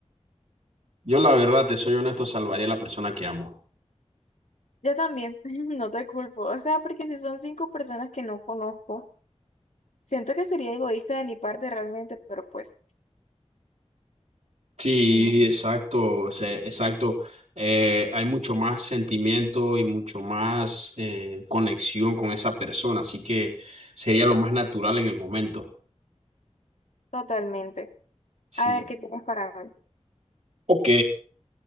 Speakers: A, on the right (about 75°); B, on the left (about 80°).
A: Yo, la verdad, te soy honesto, salvaría a la persona que amo.
B: Yo también, <laughs> no te culpo. O sea, porque si son cinco personas que no conozco, siento que sería egoísta de mi parte realmente, pero pues,
A: Sí,
B: ni modo,
A: exacto, se- exacto. Eh, hay mucho más sentimiento y mucho más eh, conexión con esa persona, así que sería lo más natural en el momento.
B: totalmente.
A: Sí.
B: A ver, ¿qué tienes para mí?
A: Ok.